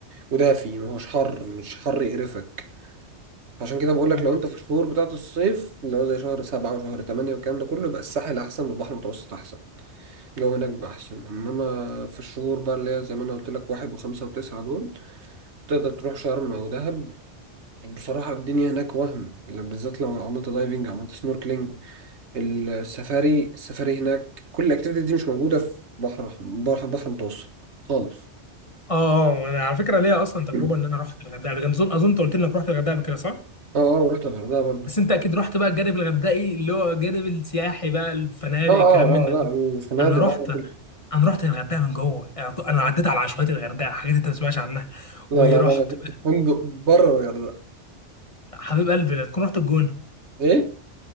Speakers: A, on the right; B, on the left.
A: ودافي ما هوش حر مش حر يقرفك عشان كده بقول لك
B: اه
A: لو انت في الشهور بتاعت الصيف اللي هو زي شهر سبعة وشهر تمانية والكلام ده كله يبقى الساحل أحسن والبحر المتوسط أحسن الجو هناك بيبقى أحسن إنما في الشهور بقى اللي هي زي ما أنا قلت لك واحد وخمسة وتسعة دول تقدر تروح شرم أو دهب بصراحة الدنيا هناك وهم بالذات لو عملت دايفنج عملت سنوركلينج السفاري السفاري هناك كل الأكتيفيتي دي مش موجودة في بحر أحمر- بحر بحر متوسط خالص
B: آه، انا على فكره ليا اصلا تجربه
A: اه
B: ان انا رحت الغردقه قبل كده اظن أظن انت قلت لي انك رحت الغردقه قبل كده صح؟
A: اه ورحت الغردقة برضو
B: بس انت اكيد رحت بقى الجانب الغردقي اللي هو الجانب السياحي بقى الفنادق
A: اه اه
B: الكلام من ده
A: اه لا الفنادق
B: انا رحت
A: اه
B: انا رحت الغردقه من جوه انا عديت على عشوائيات الغردقه حاجات انت ما تسمعش عنها
A: لا
B: ورحت
A: لا لا لا، انا كنت في فندق بره الغردقة
B: حبيب قلبي لا تكون رحت الجونه
A: ايه